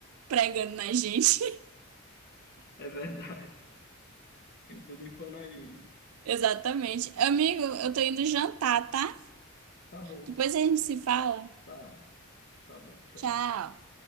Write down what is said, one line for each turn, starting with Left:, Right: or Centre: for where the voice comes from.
Right: pregando na gente.
Left: É verdade. Tem tudo empanadinho.
Right: <laughs> Exatamente. Amigo, eu tô indo jantar, tá?
Left: Tá bom,
Right: Depois a gente se fala.
Left: tá, tá bom, tchau.
Right: Tchau.